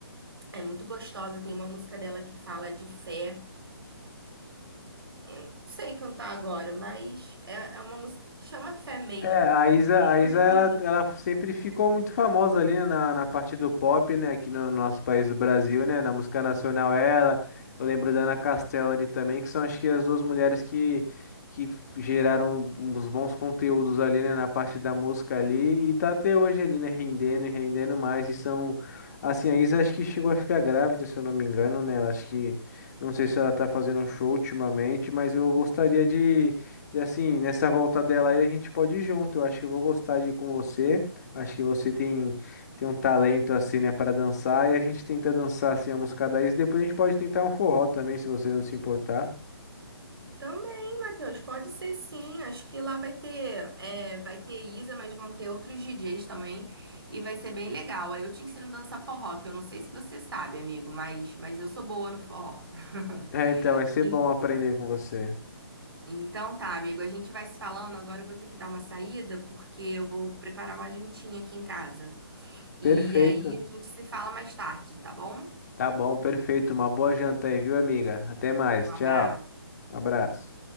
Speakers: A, on the right; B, on the left.
A: É muito gostosa. Tem uma música dela que fala de fé. Eu não sei cantar agora, mas é, é uma música que chama Fé mesmo.
B: É, a Isa,
A: E
B: a
A: é muito
B: Isa
A: bonito.
B: ela, ela sempre ficou muito famosa ali né, na, na parte do pop, né? Aqui no nosso país do Brasil, né? Na música nacional ela. Eu lembro da Ana Castela ali também, que são acho que as duas mulheres que, que geraram uns bons conteúdos ali, né? Na parte da música ali. E tá até hoje ali, né? Rendendo e rendendo mais. E são. Assim, a Isa acho que chegou a ficar grávida, se eu não me engano, né? Acho que. Não sei se ela tá fazendo show ultimamente, mas eu gostaria de. E assim, nessa volta dela aí a gente pode ir junto. Eu acho que eu vou gostar de ir com você. Acho que você tem, tem um talento assim, né, para dançar. E a gente tenta dançar assim a música daí. E depois a gente pode tentar um forró também, se você não se importar.
A: Também, Matheus, pode ser sim. Acho que lá vai ter, é, vai ter Isa, mas vão ter outros DJs também. E vai ser bem legal. Aí eu te ensino a dançar forró, que eu não sei se você sabe, amigo, mas, mas eu sou boa no forró. <laughs>
B: É, então vai ser
A: Sim.
B: bom aprender com você.
A: Então tá, amigo, a gente vai se falando. Agora eu vou ter que dar uma saída, porque eu vou preparar uma jantinha aqui em casa. E
B: Perfeito.
A: aí a gente se fala mais tarde, tá bom?
B: Tá bom, perfeito. Uma boa janta aí, viu, amiga? Até mais.
A: Um abraço.
B: Tchau. Um abraço.